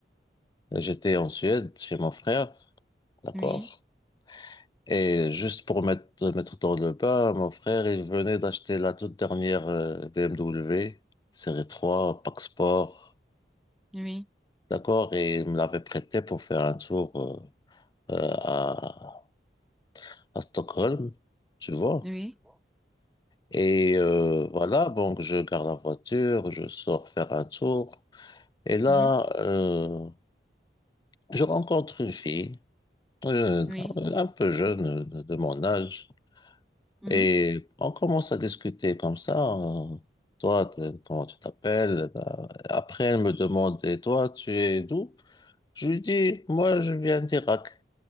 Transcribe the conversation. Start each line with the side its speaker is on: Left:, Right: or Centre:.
Left: j'étais en Suède chez mon frère, d'accord?
Centre: Oui,
Left: Et juste pour mettre, mettre dans le bain, mon frère, il venait d'acheter la toute dernière euh, BMW série 3 Pack Sport,
Centre: oui,
Left: d'accord? Et il me l'avait prêté pour faire un tour euh, euh, à, à Stockholm, tu vois?
Centre: oui.
Left: Et euh, voilà, donc je garde la voiture, je sors faire un tour. Et là,
Centre: Mhm.
Left: euh, je rencontre une fille, euh,
Centre: Oui,
Left: un peu jeune de, de mon âge.
Centre: Mhm.
Left: Et on commence à discuter comme ça. euh, toi, t'es- comment tu t'appelles? Euh, Après, elle me demande, et toi, tu es d'où? Je lui dis, moi, je viens d'Irak.